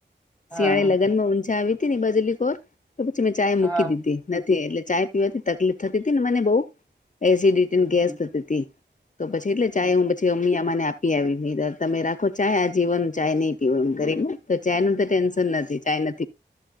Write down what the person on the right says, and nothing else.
હા
હા
હમ,
હમ,